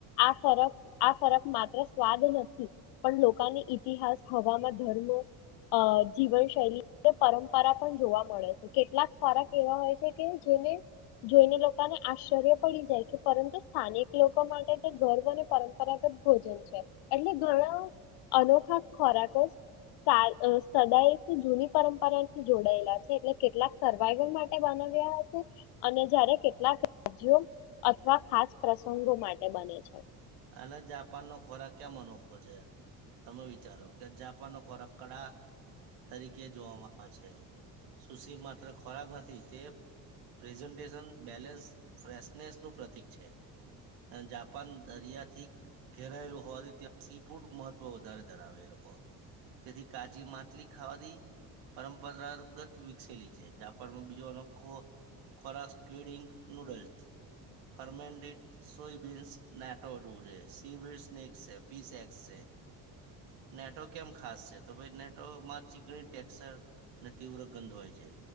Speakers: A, on the left (about 80°); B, on the right (about 90°).
A: આ ફરક આ ફરક માત્ર સ્વાદ નથી. પણ લોકાની ઈતિહાસ, હવામાં ધર્મો, જીવનશૈલી, પરંપરા પણ જોવા મળે છે. કેટલાક ખોરાક એવા હોય છે કે જેને જોઈને લોકાને આશ્ચર્ય પડી જાય છે, પરંતુ સ્થાનિક લોકો માટે તે ગર્વ અને પરંપરાગત ભોજન છે. એટલે ઘણા અનોખા ખોરાકો, સદાય તે જૂની પરંપરા થી જોડાયેલા છે, એટલે કેટલાક સર્વાઈવલ માટે બના વ્યા હસે, અને જયારે કેટલાક રાજ્યો, અથવા ખાસ પ્રસંગો માટે બને છે.
B: અને જાપાનનો ખોરાક કેમ અનોખો છે? તમે વિચારો, કે જાપાનનો ખોરાક કડા તરીકે જોવામાં આવે છે. સુશી માત્ર ખોરાક નથી, તે પ્રેઝન્ટેશન, બેલેન્સ, ફ્રેશનેસનું પ્રતિક છે. અને જા પાન દરિયાથી ઘેરાયેલું હોવાથી, ત્યાં સી ફૂડ મહત્વ વધારે ધરાવે એ લોકો. તેથી કાચી માછલી ખાવાથી પરંપરાગત વિકસેલી છે. જાપાનમાં બીજો અનોખો ખોરાક સ્પીડઈંક નૂડલ્સ. ફર્મેન્ટેડ સોયબીન્સ <unintelligible> જેવું છે. સી વીડ સ્નેક્સ છે. ફીસ એક્સ છે. નેટો કેમ ખાસ છે? તો ભાઈ નેટોમાં ચીકણી ટેક્ચર ને તીવ્ર ગંધ હોય છે.